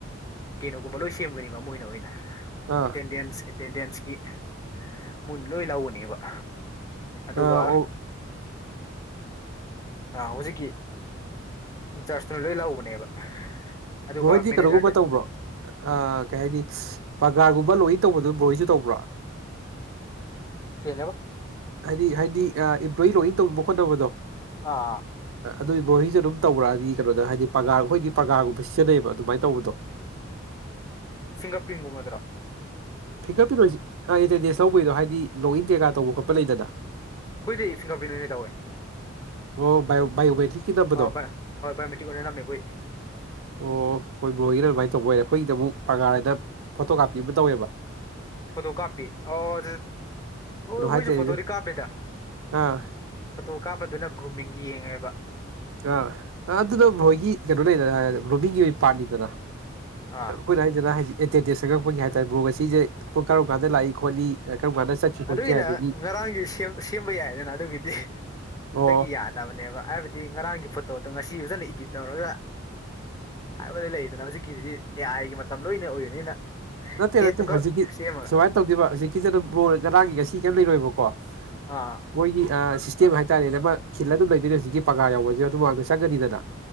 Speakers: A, on the left; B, on the right.
A: ꯀꯩꯅꯣ ꯒꯨꯝꯕ ꯂꯣꯏ ꯁꯦꯝꯒꯅꯤꯕ ꯃꯣꯏꯅ ꯑꯣꯏꯅ
B: ꯑꯥ
A: ꯑꯦꯇꯦꯟꯗꯦꯟꯁ ꯇꯦꯟꯗꯦꯟꯁꯀꯤ ꯃꯨꯟ ꯂꯣꯏ ꯂꯧꯕꯅꯦꯕ ꯑꯗꯨꯒ
B: ꯑꯥ ꯑꯣ
A: ꯍꯧꯖꯤꯛꯀꯤ ꯏꯟꯆꯥꯔꯖꯇꯨꯅ ꯂꯣꯏ ꯂꯧꯕꯅꯦꯕ ꯑꯗꯨꯒ
B: ꯕ꯭ꯔꯍꯣꯏꯗꯤ
A: ꯃꯦꯅꯦꯖꯔꯗ
B: ꯀꯩꯅꯣꯒꯨꯝꯕ ꯇꯧꯕ꯭ꯔꯣ ꯑ ꯀꯩ ꯍꯥꯏꯅꯤ ꯕꯒꯥꯔꯒꯨꯝꯕ ꯂꯣꯏ ꯇꯧꯕꯗꯨꯣ ꯕ꯭ꯔꯣꯏꯁꯨ ꯇꯧꯕ꯭ꯔꯥ
A: ꯀꯅꯦꯕ
B: ꯍꯥꯏꯗꯤ ꯍꯥꯏꯗꯤ ꯏꯝꯄ꯭ꯂꯣꯌꯤ ꯂꯣꯏꯅ ꯇꯧꯅꯤꯡꯅꯕ ꯈꯣꯠꯅꯕꯗꯣ
A: ꯑꯥ
B: ꯑꯗꯨꯏꯕꯣꯍꯤꯁꯨ ꯑꯗꯨꯝ ꯇꯧꯔꯛꯑꯗꯤ ꯀꯩꯅꯣꯗ ꯍꯥꯏꯗꯤ ꯄꯒꯥ ꯑꯩꯈꯣꯏꯗꯤ ꯄꯒꯥꯒꯨꯝꯕ ꯁꯤꯖꯤꯟꯅꯩꯑꯕ ꯑꯗꯨꯃꯥꯏꯅ ꯇꯧꯕꯗꯣ <unintelligible>
A: ꯁꯤꯡꯒꯥꯄꯤꯒꯨꯝꯃꯗꯨ꯭ꯔꯣ
B: ꯐꯤꯡꯒꯔ ꯄ꯭ꯔꯤꯟ ꯑꯣꯏꯁꯦ ꯑꯦꯇꯦꯟꯗꯦꯟꯁ ꯇꯧꯕꯩꯗꯣ ꯍꯥꯏꯗꯤ ꯂꯣꯛꯏꯟ ꯀꯩꯀꯥ ꯇꯧꯕ ꯈꯣꯠꯄ ꯂꯩꯗꯅ
A: ꯍꯨꯏꯗꯤ ꯐꯤꯟꯗꯣꯔ ꯐꯤꯗꯣ ꯑꯣꯏꯅ ꯇꯧꯋꯦ
B: ꯑꯣꯑꯣ ꯌꯑꯣꯕꯦꯇꯀꯤꯗꯕꯗꯣ
A: ꯑꯥ
B: ꯑꯣ
A: ꯕꯥꯏ ꯍꯣꯏ ꯕꯥꯏꯑꯣꯃꯦꯇ꯭ꯔꯤꯛ ꯑꯣꯏꯅ ꯅꯝꯃꯦ ꯑꯩꯈꯣꯏꯗꯤ
B: ꯑꯩꯣꯏ ꯕ꯭ꯔꯣꯒꯤꯔ ꯑꯗꯨꯃꯥꯏꯅ ꯇꯧꯕ ꯑꯣꯏꯔꯦ ꯑꯩꯈꯣꯏꯗꯕꯨꯛ ꯄꯒꯒꯥꯔꯗ ꯐꯣꯇꯣ ꯀꯥꯞꯄꯤ ꯑꯃ ꯇꯧꯋꯦꯕ
A: ꯐꯣꯇꯣ ꯀꯥꯞꯄꯤ ꯑꯣ ꯑꯣ
B: ꯀꯩꯅꯣ
A: ꯑꯩꯈꯣꯏꯁꯨ
B: ꯍꯥꯏꯇꯥꯔꯦꯅꯦ
A: ꯐꯣꯇꯣꯗꯤ ꯀꯥꯞꯂꯦꯗ
B: ꯑꯥ
A: ꯐꯣꯇꯣ ꯀꯥꯞꯄꯗꯨꯅ ꯒ꯭ꯔꯨꯃꯤꯡꯒꯤ ꯌꯦꯡꯉꯦꯕ
B: ꯑ ꯑꯗꯨꯗ ꯍꯣꯏꯒꯤ ꯀꯩꯅꯣ ꯂꯩꯗꯅ ꯔꯣꯃꯤꯡꯒꯤ ꯑꯣꯏꯅ ꯄꯥꯟꯅꯤꯗꯅ
A: ꯑꯥ
B: ꯍꯣꯏꯔ ꯍꯥꯏꯗꯅꯥ ꯍꯥꯏ ꯑꯦꯇꯦꯟꯗꯦꯟꯁ ꯆꯪꯉꯛꯄꯒꯤ ꯍꯥꯏꯇꯥꯔꯦ ꯕ꯭ꯔꯣ ꯉꯁꯤꯁꯦ ꯀꯔꯝ ꯀꯥꯟꯗ ꯂꯥꯛꯏ ꯈꯣꯠꯂꯤ ꯀꯔꯝ ꯀꯥꯟꯗ ꯆꯠꯈꯤ ꯈꯣꯠꯈꯤ
A: ꯑꯗꯨꯒꯤꯅ
B: ꯍꯥꯏꯕꯒꯤ
A: ꯉꯔꯥꯡꯁꯨ ꯁꯦꯝꯕ ꯌꯥꯏꯗꯅ ꯑꯗꯨꯒꯤꯗꯤ
B: ꯑꯣ
A: ꯑꯗꯨꯒꯤ ꯌꯥꯗꯕꯅꯦꯕ ꯍꯥꯏꯕꯗꯤ ꯉꯔꯥꯡꯒꯤ ꯐꯣꯇꯣꯗꯣ ꯉꯁꯤ ꯐꯖꯅ ꯏꯗꯤꯠ ꯇꯧꯔꯒ ꯍꯥꯏꯕꯗ ꯂꯩꯗꯅ ꯍꯧꯖꯤꯛꯀꯤꯗꯨꯗꯤ ꯑꯦ ꯑꯥꯏꯒꯤ ꯃꯇꯝ ꯂꯣꯏꯅ ꯑꯣꯏꯕꯅꯤꯅ
B: ꯅꯠꯇꯦ
A: ꯗꯦꯠꯇꯨꯈꯛ
B: ꯅꯠꯇꯦ ꯍꯧꯖꯤꯛꯀꯤ
A: ꯁꯦꯝꯃꯒ
B: ꯁꯨꯃꯥꯏꯅ ꯇꯧꯗꯕ ꯍꯧꯖꯤꯛꯀꯤꯁꯦ ꯑꯗꯨꯝ ꯔꯣ ꯔꯥꯒꯤ ꯉꯁꯤ ꯀꯩꯝ ꯂꯩꯔꯣꯏꯕꯀꯣ ꯑꯣꯏꯣꯏ
A: ꯑꯥ ꯑꯥ
B: ꯑ ꯁꯤꯁꯇꯦꯝ ꯍꯥꯏꯇꯥꯔꯦꯅꯦꯅ ꯈꯤꯜ ꯑꯗꯨꯝ ꯂꯩꯗꯣꯏꯅꯦ ꯍꯧꯖꯤꯛꯀꯤ ꯄꯪꯒꯥ ꯌꯥꯎꯕꯁꯦ ꯑꯗꯨꯃꯥꯡꯗ ꯆꯪꯒꯅꯤꯗꯅ